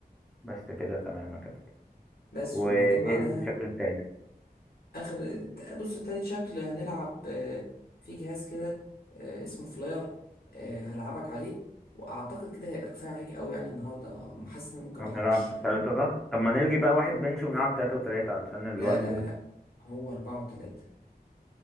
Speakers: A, in the centre; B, on the left.
A: بس كده تمام يا كابتن
B: بس
A: وايه
B: وبعدين بعدها
A: الشكل التالت
B: اخر بص تالت شكل هنلعب آه، في جهاز كده آه، اسمه فلاير آه، هلعبك عليه واعتقد كده هيبقى كفايه عليك قوي يعني النهارده حاسس ان أنا ممكن
A: هنلعب
B: ما العبكش الشكل
A: تلاتة
B: الرابع
A: ده طب ما نلغي بقى واحد بنش ونلعب تلاتة وتلاتة علشان الوقت
B: لا لا
A: بس
B: لا هو اربعه وتلاته